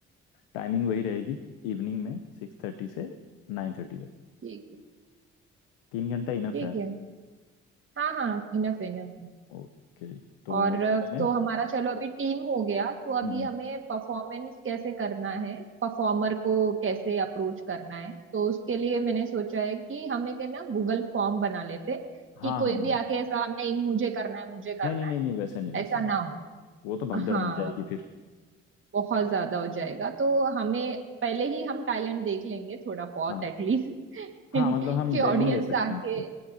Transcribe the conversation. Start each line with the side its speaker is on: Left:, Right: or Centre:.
Left: टाइमिंग वही रहेगी इवनिंग में सिक्स थर्टी से नाइन थर्टी तक
Right: ठीक है
Left: तीन घंटा इनफ
Right: ठीक
Left: है यार
Right: है हाँ हाँ इनफ इनफ है
Left: ओके तो
Right: और अ,
Left: मैंने
Right: तो हमारा चलो अभी टीम हो गया तो अभी
Left: हम्म हम्म,
Right: हमें परफॉर्मेंस कैसे करना है परफॉर्मर को कैसे अप्रोच करना है तो उसके लिए मैंने सोचा है कि हम एक है ना गूगल फॉर्म बना लेते कि
Left: हाँ
Right: कोई
Left: हाँ हाँ
Right: भी
Left: हाँ।
Right: आके ऐसा नहीं मुझे करना है मुझे करना
Left: नहीं नहीं नहीं
Right: है
Left: नहीं वैसे नहीं वैसे
Right: ऐसा ना
Left: नहीं
Right: हो
Left: वो तो भगदड़
Right: हाँ
Left: मच जाएगी
Right: तो
Left: फिर
Right: बहुत ज्यादा हो जाएगा तो हमें पहले ही हम टाइलेंट देख लेंगे थोड़ा बहुत
Left: हाँ
Right: एटलीस्ट
Left: हाँ
Right: <laughs>
Left: मतलब हम
Right: कि
Left: डेमो
Right: ऑडियंस
Left: ले सकते
Right: आके
Left: हैं उससे